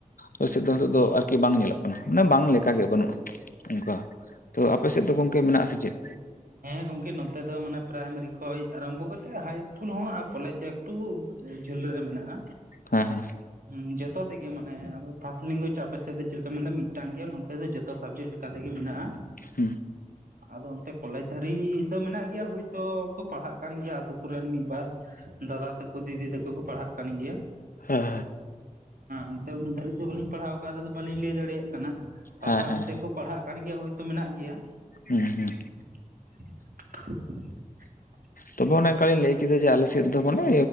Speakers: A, on the left; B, on the right.
A: ᱯᱟᱹᱨᱥᱤ ᱫᱚ ᱱᱤᱛᱚᱜ ᱫᱚ ᱟᱨᱠᱤ ᱵᱟᱝ ᱧᱮᱞᱚᱜ ᱠᱟᱱᱟ ᱢᱟᱱᱮ ᱵᱟᱝ ᱞᱮᱠᱟᱜᱮ ᱵᱟᱹᱱᱩᱜᱼᱟ ᱚᱝᱠᱟ᱾ ᱛᱚ ᱟᱯᱮ ᱥᱮᱫ ᱫᱚ ᱜᱚᱝᱠᱮ ᱢᱮᱱᱟᱜ- ᱟ ᱥᱮ ᱪᱮᱫ
B: ᱦᱮᱸ ᱜᱚᱝᱠᱮ ᱱᱚᱛᱮ ᱫᱚ ᱢᱟᱱᱮ ᱯᱨᱟᱭᱢᱟᱨᱤ ᱠᱷᱚᱡ ᱟᱨᱟᱢᱵᱷᱚ ᱠᱟᱛᱮᱫ ᱦᱟᱭ ᱤᱥᱠᱩᱞ ᱦᱚᱸ ᱟᱨ ᱠᱚᱞᱮᱡᱽ ᱫᱚ᱾ ᱴᱩ ᱡᱷᱟᱹᱞ ᱨᱮ ᱢᱮᱱᱟᱜᱼᱟ
A: ᱦᱮᱸ ᱦᱮᱸ
B: ᱦᱮᱸ ᱡᱚᱛᱚ ᱛᱮᱜᱮ ᱢᱟᱱᱮ ᱯᱷᱟᱥᱴ ᱞᱮᱝᱜᱩᱭᱮᱡ ᱟᱯᱮᱥᱮᱫ ᱫᱚ ᱪᱮᱫᱞᱮᱠᱟ ᱢᱮᱱᱫᱟ ᱢᱤᱫᱴᱟᱝ ᱜᱮᱭᱟ ᱱᱚᱱᱛᱮ ᱫᱚ ᱡᱚᱛᱚ᱾ ᱥᱟᱵᱽᱡᱮᱠᱴ ᱞᱮᱠᱟ ᱛᱮᱜᱮ ᱢᱮᱱᱟᱜᱼᱟ
A: ᱦᱩᱸ
B: ᱟᱫᱚ ᱚᱱᱛᱮ᱾ ᱠᱚᱞᱮᱡᱽ ᱫᱷᱟᱹᱨᱤᱡ ᱫᱚ ᱢᱮᱱᱟᱜ ᱜᱮᱭᱟ ᱦᱳᱭᱛᱳ ᱠᱚ ᱯᱟᱲᱦᱟᱜ ᱠᱟᱱ ᱜᱮᱭᱟ ᱟᱹᱛᱩ ᱠᱚᱨᱮᱱ ᱢᱤᱫ ᱵᱟᱨ᱾ ᱫᱟᱫᱟ ᱛᱟᱠᱚ ᱫᱤᱫᱤ ᱛᱟᱠᱚ ᱠᱚ ᱯᱟᱲᱦᱟᱜ ᱠᱟᱱ ᱜᱮᱭᱟ᱾
A: ᱦᱮᱸ
B: ᱚᱱᱛᱮ ᱩᱱᱟᱹᱜ ᱫᱷᱟᱹᱨᱤᱡ ᱫᱚ ᱵᱟᱹᱞᱤᱧ ᱯᱟᱲᱦᱟᱣ ᱠᱟᱜᱼᱟ ᱟᱫᱚ ᱵᱟᱹᱞᱤᱧ ᱞᱟᱹᱭ ᱫᱟᱲᱮᱭᱟᱜ ᱠᱟᱱᱟ
A: ᱦᱮᱸ
B: ᱟᱥᱟ
A: ᱦᱮᱸ
B: ᱠᱚᱛᱮ
A: ᱦᱮᱸ
B: ᱠᱚ ᱯᱟᱲᱦᱟᱜ ᱠᱟᱱ ᱜᱮᱭᱟ ᱦᱳᱭᱛᱳ ᱢᱮᱱᱟᱜ ᱜᱮᱭᱟ᱾
A: ᱦᱩᱸ ᱦᱩᱸ
B: <unintelligible>
A: ᱛᱚᱵᱮ ᱚᱱᱮ ᱚᱱᱠᱟᱞᱤᱧ ᱞᱟᱹᱭ ᱠᱮᱫᱟ ᱡᱮ ᱟᱞᱮ ᱥᱮᱫ ᱫᱚ ᱢᱟᱱᱮ